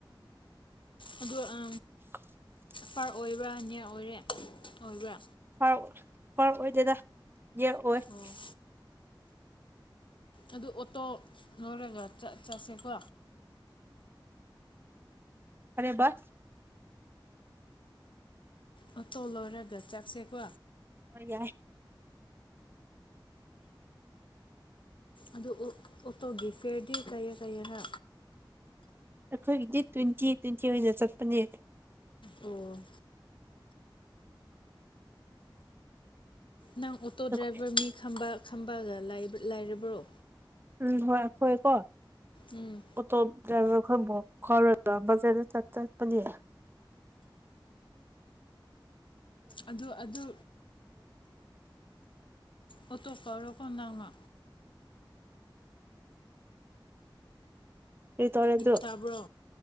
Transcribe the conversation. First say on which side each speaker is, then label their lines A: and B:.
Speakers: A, on the left; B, on the right.
A: ꯑꯗꯨꯗ ꯑ
B: <unintelligible>
A: ꯐꯔ ꯑꯣꯏꯕ꯭ꯔꯥ ꯅꯤꯌꯥꯔ ꯑꯣꯏꯔꯦ ꯑꯣꯏꯕ꯭ꯔꯥ
B: ꯔꯑꯣ ꯐꯔꯛꯑꯣꯏ ꯗꯦꯗꯥ ꯌꯦꯔꯛꯑꯣꯏ <unintelligible>
A: ꯑꯣ ꯑꯗꯨ ꯑꯣꯇꯣ ꯅꯣꯏꯔꯒ ꯆꯠꯁꯦꯀꯣ
B: ꯑꯔꯦꯕꯁ
A: ꯑꯣꯇꯣ ꯂꯧꯔꯒ ꯆꯠꯁꯦꯀꯣ
B: ꯍꯣꯏ ꯌꯥꯏ
A: ꯑꯗꯨ ꯑꯣꯇꯣꯒꯤ ꯐꯤꯦꯌꯔꯗꯤ ꯀꯩꯌꯦ ꯀꯩꯒꯔꯥ
B: ꯑꯩꯈꯣꯏꯒꯤ ꯗꯗꯤ ꯇ꯭ꯋꯦꯟꯇꯤ ꯇ꯭ꯋꯦꯟꯇꯤ ꯑꯣꯏꯅ ꯆꯠꯄꯅꯦ
A: ꯑꯣ ꯅꯪ ꯑꯣꯇꯣ
B: ꯑꯩꯈꯣꯏ
A: ꯗ꯭ꯔꯥꯏꯚꯔ ꯃꯤ ꯈꯕꯥꯒ ꯂꯥꯏꯔꯕ꯭ꯔꯣ
B: ꯎꯝ ꯍꯣꯏꯈꯣꯏ ꯀꯣ
A: ꯎꯝ
B: ꯀꯣ ꯑꯩꯈꯣꯏꯕꯨ ꯈꯥꯎꯔꯒ ꯖꯗ ꯆꯠ ꯆꯠꯄꯅꯦ
A: ꯑꯗꯨꯗꯣ ꯑꯗꯨ ꯑꯣꯇꯣꯞꯀ ꯔꯣꯀꯟꯗꯥꯅ
B: ꯔꯤꯇꯅꯦꯟꯗꯨ
A: ꯇꯥꯕ꯭ꯔꯣ